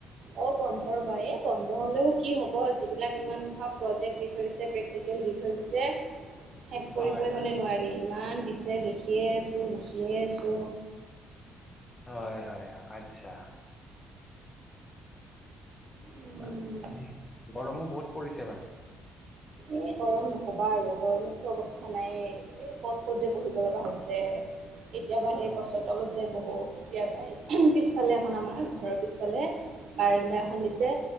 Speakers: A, on the right (about 65°); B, on the left (about 25°).
A: অ বন্ধ ৰবা, এ বন্ধ হ'লেও কি হ'ব যিবিলাক ইমান প্ৰজেক্ট দি থৈছে, যিগাল দি থৈছে, শেষ
B: হয়
A: কৰিবই
B: হয়
A: মানে নোৱাৰি, ইমান দিছে লিখিয়ে আছোঁ লিখিয়ে আছোঁ।
B: হয় হয় আচ্ছা,
A: উম
B: বাকি গৰমো বহুত পৰিছে বাকী,
A: এই গৰম নক'বা আৰু গৰমততো অৱস্থা নাইয়ে, এই ক'ত ক'ত যে বহিব লগা হৈছে। কেতিয়াবা সেই
B: অ
A: গছৰ, তলত যে বহোঁ, কেতিয়াবা পিছফালে এখন আমাৰ ঘৰৰ পিছফালে বাৰানদা এখন দিছে